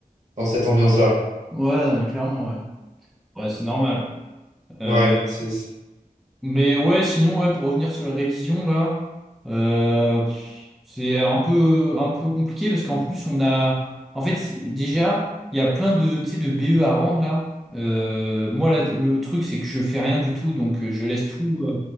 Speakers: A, on the right; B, in the centre.
A: dans cette ambiance-là.
B: Ouais, non, mais clairement, ouais. Ouais, c'est normal. Euh,
A: Ouais, c'est <laughs>
B: mais ouais, sinon, ouais, pour revenir sur les révisions, là, euh, pff, c'est un peu, un peu compliqué parce qu'en plus, on a. En fait, si- déjà, il y a plein de, tu sais, de BE à rendre, là. Euh, moi, là, le truc, c'est que je fais rien du tout, donc euh, je laisse tout, euh,